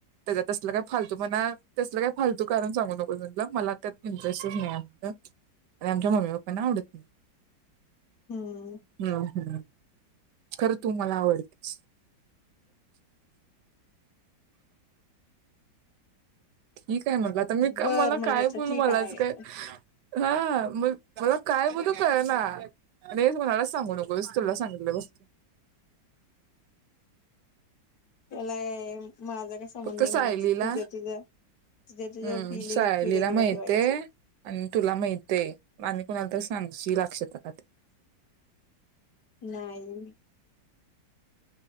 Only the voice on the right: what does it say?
त्या तसल काय फालतू पणा तसल काय फालतू कारण सांगू नकोस म्हटलं मला त्यात इंटरेस्टच नाही हाय म्हटल आणि आमच्या मम्मी पप्पाना आवडत नाही
हम, हम्म खरं तू मला आवडतीस ठीक हाय म्हटलं, आता मी
मला
काय बोलू
मलाच
काय हां म मला काय बोलू कळना आणि हे कुणालाच सांगू नकोस तुला सांगितलंय फक्त
फक्त
सायलीला
हम्म
सायलीला
माहितेय
आणि तुला माहितय आणि कुणाला तर सांगशील आक्षताला ते